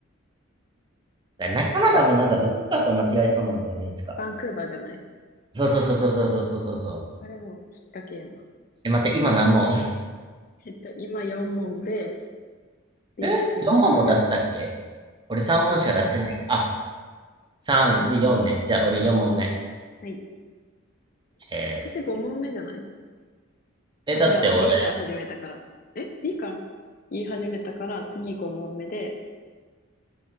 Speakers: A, on the right; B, on the left.
A: な、カナダもなんかどこかと間違えそうなんだよね、いつか。
B: バンクーバーじゃない
A: そうそうそうそうそうそうそうそうそう。
B: これも引っ掛けような。
A: え、待って、今何問
B: えっと、今4問で、
A: <laughs>
B: B、
A: え
B: えーいや、
A: ?4 問も出したっけ俺3問しか出してない。
B: うん。
A: あ、3で4ね。じゃあ、俺4問目。
B: はい。ん
A: えー
B: 私5問目じゃない
A: え、
B: あ、
A: だって俺、
B: 違うわ。B から始めたから。え ?B から言い始めたから、次5問目で、